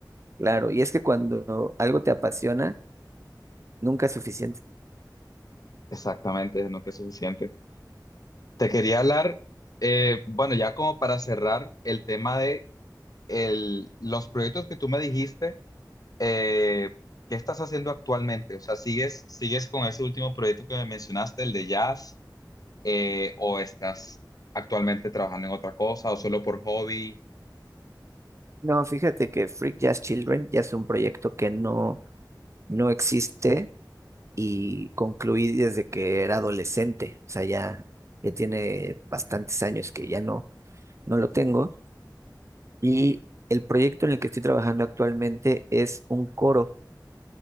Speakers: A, on the right; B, on the left.
A: Claro, y es que cuando algo te apasiona, nunca es suficiente.
B: Exactamente, no que es suficiente. Te quería hablar, eh, bueno, ya como para cerrar el tema de el, los proyectos que tú me dijiste, eh, ¿qué estás haciendo actualmente? O sea, ¿sigues, sigues con ese último proyecto que me mencionaste, el de jazz? eh, o estás actualmente trabajando en otra cosa o solo por hobby.
A: No, fíjate que Freak Jazz Children ya es un proyecto que no, no existe y concluí desde que era adolescente. O sea, ya, ya tiene bastantes años que ya no, no lo tengo. Y el proyecto en el que estoy trabajando actualmente es un coro.